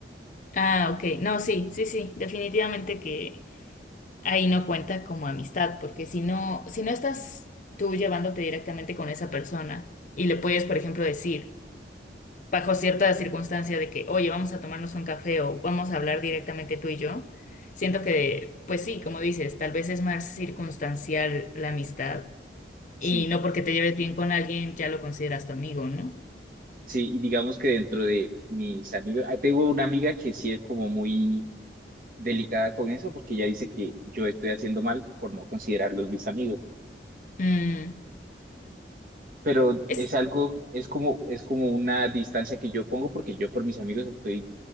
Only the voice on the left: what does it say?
Ah, ok. No, sí, sí, sí, definitivamente que ahí no cuenta como amistad, porque si no, si no estás tú llevándote directamente con esa persona y le puedes, por ejemplo, decir, bajo cierta circunstancia de que, oye, vamos a tomarnos un café o vamos a hablar directamente tú y yo. Siento que, pues sí, como dices, tal vez es más circunstancial la amistad, Y
no porque te lleves bien con alguien ya lo consideras tu amigo, ¿no?
Mm,
es,